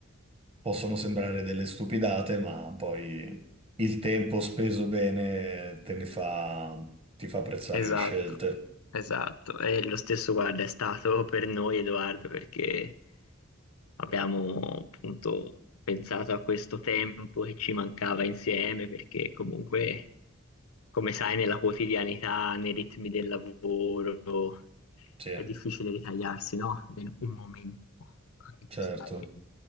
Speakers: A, on the right; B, on the left.
A: possono sembrare delle stupidate, ma poi il tempo speso bene te ne fa, ti fa apprezzare
B: Esatto,
A: le scelte.
B: esatto. E lo stesso, guarda, è stato per noi, Edoardo, perché abbiamo appunto pensato a questo tempo che ci mancava insieme, perché comunque, come sai, nella quotidianità, nei ritmi del lavoro.
A: Sì,
B: è difficile ritagliarsi, no? Nel- un momento, anche per
A: certo.
B: stare